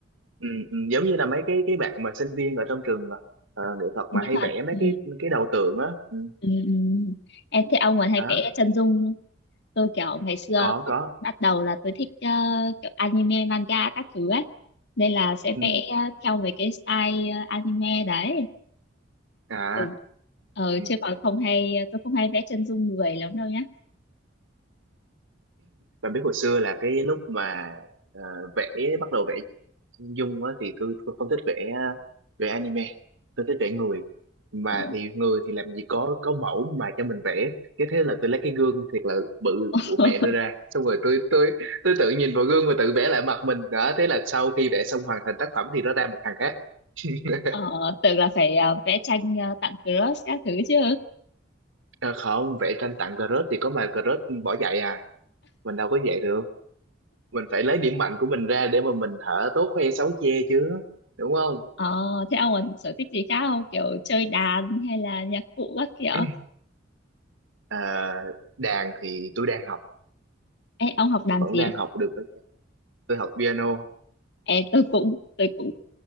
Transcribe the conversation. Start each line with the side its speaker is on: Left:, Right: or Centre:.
Right: ừ, ừ, giống như là mấy cái cái bạn mà sinh viên ở trong trường ờ, nghệ thuật mà
Left: Mỹ
Right: hay
Left: thuật.
Right: vẽ mấy
Left: Ừ,
Right: cái cái đầu tượng á ừ,
Left: ừ, ừ. Em thấy ông còn hay
Right: đó
Left: vẽ chân dung. không? Tôi kiểu ngày xưa
Right: có có
Left: bắt, bắt đầu là tôi thích ờ, kiểu anime, manga các thứ ấy. Nên là sẽ
Right: ừ.
Left: vẽ ờ, theo mấy cái style ờ, anime đấy.
Right: à
Left: Ừ. Ờ,
Right: ừ.
Left: chứ còn không hay, ờ, tôi không hay vẽ chân dung người lắm đâu nhá.
Right: Bạn biết hồi xưa là cái lúc mà ờ, vẽ bắt đầu vẽ dung á, thì tôi, tôi không thích vẽ vẽ anime tôi thích vẽ người mà
Left: Ồ.
Right: thì người thì làm gì có có mẫu mà cho mình vẽ cái thế là tôi lấy cái gương thiệt là bự
Left: <laughs>
Right: của mẹ đưa ra xong rồi tôi tôi tôi tự nhìn vào gương và tự vẽ lại mặt mình đó thế là sau khi vẽ xong hoàn thành tác phẩm thì nó ra một thằng khác <laughs>
Left: Ờ, tưởng là phải ờ, vẽ tranh ờ, tặng crush các thứ chứ.
Right: Ờ, không vẽ tranh tặng Garrot thì có mà Garrot bỏ dạy à mình đâu có dạy được mình phải lấy điểm mạnh của mình ra để mà mình hở tốt khoe sáu che chứ đúng không
Left: Ờ, thế ông còn sở thích gì khác không? Kiểu chơi đàn hay là nhạc cụ các kiểu?
Right: <clears throat> à, đàn thì tôi đang học
Left: Ê, ông học đàn
Right: vẫn
Left: gì?
Right: đang học được tôi học piano
Left: Ê, tôi cũng tôi cũng